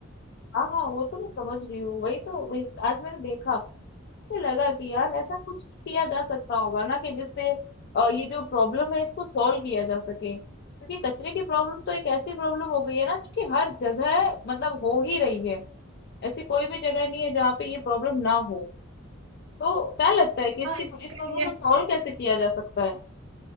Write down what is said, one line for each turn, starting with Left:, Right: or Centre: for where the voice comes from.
Left: हाँ हाँ वो तो मैं समझ रही हूँ वही तो वही आज मैंने देखा मुझे लगा कि यार ऐसा कुछ किया जा सकता होगा ना कि जिससे अ, ये जो प्रॉब्लम है इसको सॉल्व किया जा सके क्योंकि कचरे की प्रॉब्लम तो एक ऐसी प्रॉब्लम हो गई है ना जो कि हर जगह मतलब हो ही रही है ऐसी कोई भी जगह नहीं है जहाँ पे ये प्रॉब्लम ना हो तो क्या लगता है कि इसकी
Right: हाँ इसके
Left: इस प्रॉब्लम
Right: लिए
Left: को सॉल्व कैसे किया जा सकता है